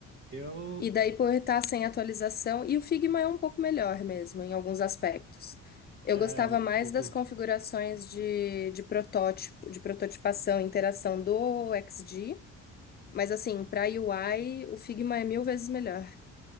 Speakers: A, on the right (about 40°); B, on the left (about 35°).
A: Eu,
B: E daí por estar sem atualização, e o Figma é um pouco melhor mesmo, em alguns aspectos. Eu
A: é,
B: gostava
A: um
B: mais
A: pouco,
B: das configurações de, de protótipo, de prototipação, interação do XD, mas assim, para UI, o Figma é mil vezes melhor.